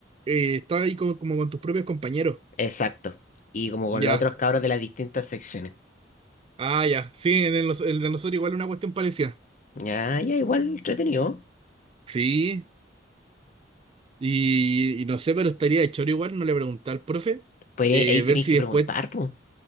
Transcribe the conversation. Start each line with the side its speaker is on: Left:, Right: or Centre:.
Right: eh, estaba ahí como, como con tus propios compañeros.
Left: Exacto. Y como con
Right: Ya.
Left: los otros cabros de las distintas secciones.
Right: Ah, ya. Sí, en el, nos- el de nosotros igual una cuestión parecida.
Left: Ya, ya, igual entretenido.
Right: Sí, y, y no sé, pero estaría de choro igual, no le pregunté al profe,
Left: Pues ahí
Right: eh,
Left: ahí tenéis
Right: ver si
Left: que
Right: después,
Left: preguntar, pues.